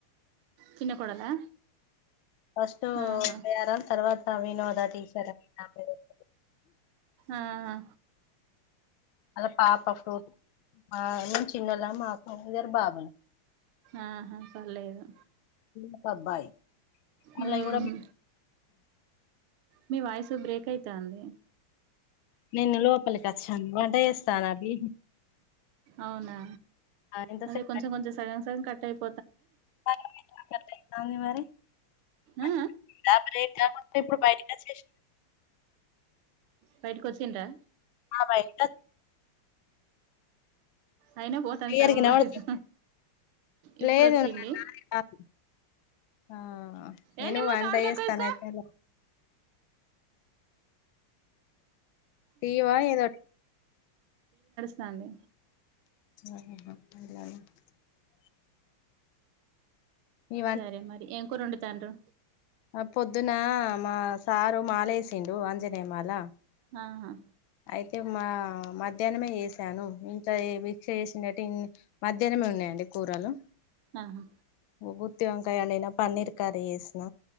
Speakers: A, on the right; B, on the left.
A: చిన్న కోడలా
B: ఫస్ట్ ఒక
A: ఆహా
B: యారాలు తర్వాత వినోద టీచర్ అని నా పేరు <inaudible>
A: ఆహ
B: ఆల పాప ఫ్రూటి ఆ మేం చిన్నోళ్ళం మాకు ఇద్దరు బాబులు
A: ఆహా పర్లేదు
B: ఒక అబ్బాయి
A: హ్మ్
B: అళ్లాయి గూడ
A: మీ వాయిసు బ్రేక్ అయితాంది
B: నేన్ లోపలికచ్చాను వంట చేస్తాన్న బీ
A: అవునా
B: ఎంతసేపు
A: అదే కొంచం కొంచం సగం సగం కట్ అయిపో
B: <inaudible> మరి <unintelligible>
A: ఆ
B: బైటికచ్చేస్నా
A: బైటికొచ్చిండ్ర
B: ఆ బైటిక
A: అయినా పోతాంది
B: క్లియర్
A: సగం
B: గా ఇనవడ్తుందా
A: వాయిస్ ఇప్పుడు
B: లేదు
A: వచ్చింది
B: నాద్ కాదు ఆ నేను
A: ఏ నిమ్ము
B: వంటయేస్తాన్న
A: సౌండ్ తక్కువ చేసుకో
B: పియలే టీవా ఏదో
A: సంది
B: <unintelligible> ఈ
A: సరే మరి ఏం కూరండుతాండ్రు
B: ఆ పొద్దునా మా సారు మాలేసిండు ఆంజనేయ మాల
A: ఆహా
B: అయితే మా మధ్యాహ్నమే ఎసాను ఇంట్ల ఏ వి దీక్ష చేసినట్ట మధ్యాహ్నం ఉన్నాయండి కూరలు
A: ఆహా
B: గు గుత్తి వంకాయ వొండిన పన్నీర్ కర్రీ చేసిన